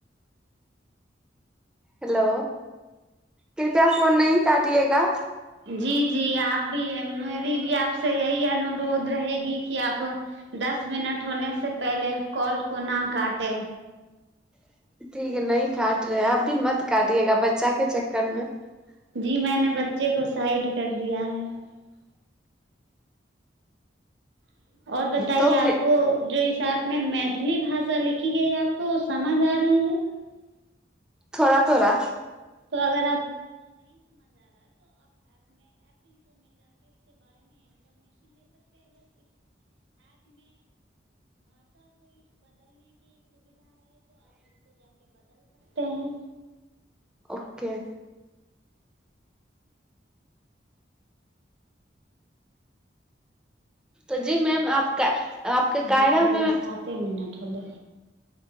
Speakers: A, in the centre; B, on the right.
A: हेलो कृपया फोन न क दियएगा
B: जी जी आप भी मेरी भी आपस यही अनुरोध रहेगी ी कि आप दस मिनट होने से से पहिले कॉल को न काटे
A: <unintelligible>
B: <unintelligible> <unintelligible>
A: तो फिर
B: <unintelligible>
A: थोड़ा थोड़ा
B: <unintelligible> <unintelligible> सकते हैं
A: ओके तऽ जी मैम आप क आपके कायरमे
B: बाप रे अभी साते मिनट होलै